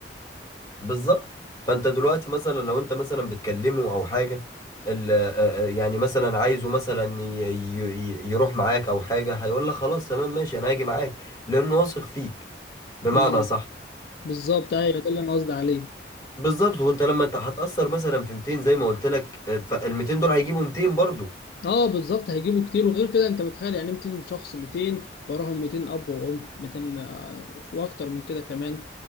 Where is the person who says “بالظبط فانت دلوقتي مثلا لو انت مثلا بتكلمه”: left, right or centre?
Left